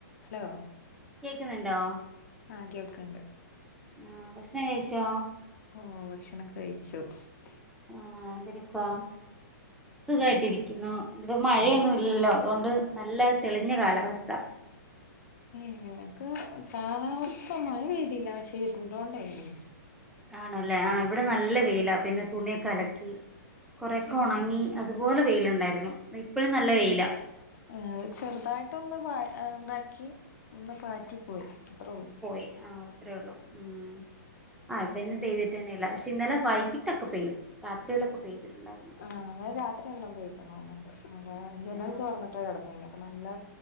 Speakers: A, on the left; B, in the centre.
A: Hello
B: കേക്കുന്നുണ്ടോ
A: ആഹ കേൾക്കണ്ട്
B: ആഹ് ഭക്ഷണം കഴിച്ചോ
A: ഓ ഭക്ഷണംൊക്കെ കഴിച്ചു ക്ഷ
B: ആഹ എന്ത്രിക്ക സുഖ കട്ടിരിക്ക ുന്നു ഇപ്പോ മഴയൊന്നും
A: ആഹ്
B: ഇല്ലല്ലോ അതുകൊണ്ട് നല്ല തെളിഞ്ഞ കാലാവസ്ഥ
A: ഉം കാലാവസ്ഥ ഒന്നായി വേരില്ല ശരിണ്ടോണ്ടായിേ
B: ആണല്ലേ ആ ഇവിടെ നല്ല വെയില പിന്നെ തുണിയൊക്കെ അല കൊറെൊക്കെ ഉണങ്ങി
A: ഉം
B: അതുപോലെ വെയിലുണ്ടായിരുന്നു ഇപ്പഴും നല്ല വെയില
A: ആ, അത് ചെറുതായിട്ട ഒന്ന് ഇണ്ടാക്കി ഒന്ന് പാറ്റിപ്പോയി അത്രേ ഉള്ളൂ
B: പോയി ആ ഒത്രേള്ളൂ ഉ ആ ഇവിടെന്നും പെയ്തിട്ടെന്നെ ഇല്ല പക്ഷെ ഇന്നലെ വൈകിട്ടൊക്കെ പെയ്തു രാത്രിയിലൊക്കെ പെയ്തിട്ടുണ്ടായിരുന്നു
A: ആ ഇന്നലെ രാത്രി നലോം പെയ്ത്ണ് തോന്ന്ണ്ട് നല്ല ജനൽ
B: ആഹ്
A: തുറന്നിട്ട കിടന്നിന്നെ അപ്പൊ നല്ല